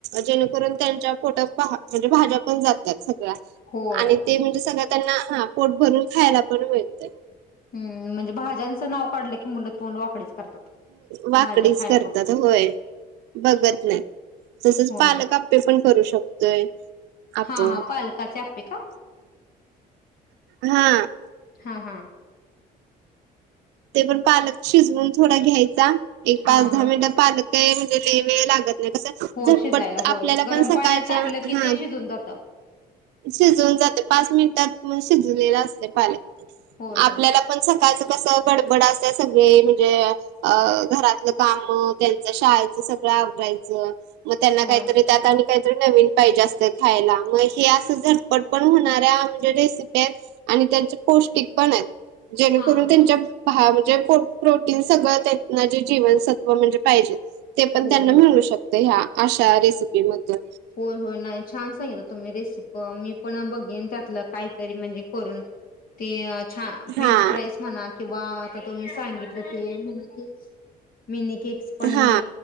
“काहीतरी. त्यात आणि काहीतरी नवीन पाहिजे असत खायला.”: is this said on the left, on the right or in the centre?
Right